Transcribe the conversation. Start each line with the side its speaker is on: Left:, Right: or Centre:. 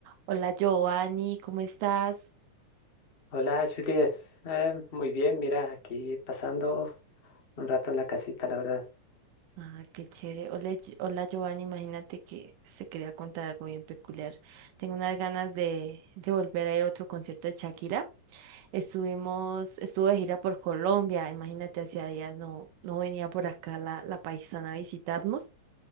Right: Hola Giovanni, ¿cómo estás?
Left: Hola, Juliet. Eh, muy bien, mira, aquí pasando un rato en la casita, la verdad.
Right: Ah, qué chévere. Hola, Gi- hola Giovanni, imagínate que se quería contar algo bien peculiar. Tengo unas ganas de, de volver a ir a otro concierto de Shakira. Estuvimos, estuve de gira por Colombia, imagínate, hacía días no, no venía por acá la, la paisana a visitarnos.